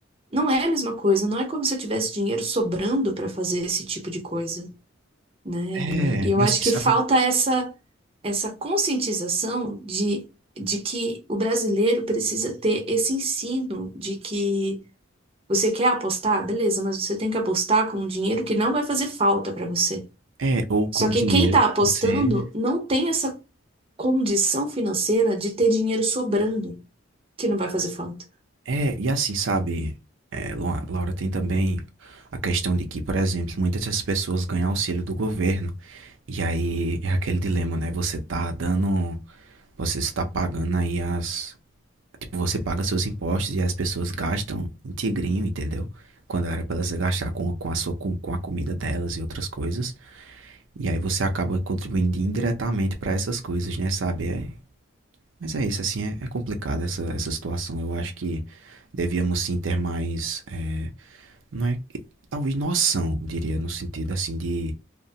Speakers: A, on the right (about 30°); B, on the right (about 75°).
A: Não é a mesma coisa, não é como se eu tivesse dinheiro sobrando para fazer esse tipo de coisa, né?
B: É,
A: E, e eu
B: e
A: acho
B: assim,
A: que
B: sabe?
A: falta
B: o-
A: essa essa conscientização de, de que o brasileiro precisa ter esse ensino de que você quer apostar, beleza, mas você tem que apostar com um dinheiro que não vai fazer falta para você.
B: É, ou com
A: Só que
B: dinheiro
A: quem está
B: que
A: apostando
B: você.
A: não tem essa condição financeira de ter dinheiro sobrando, que não vai fazer falta.
B: É, e assim, sabe? É, Luan- Laura, tem também a questão de que, por exemplo, muitas dessas pessoas ganham auxílio do governo. E aí é aquele dilema, né? Você tá dando Você está pagando aí as. Tipo, você paga seus impostos e as pessoas gastam em tigrinho, entendeu? Quando era para elas gastar com, com a sua com, com a comida delas e outras coisas. E aí você acaba contribuindo indiretamente para essas coisas, né? Sabe? É- mas é isso, assim, é, é complicado essa, essa situação. Eu acho que devíamos sim ter mais. é, não é. Talvez noção, diria, no sentido assim de,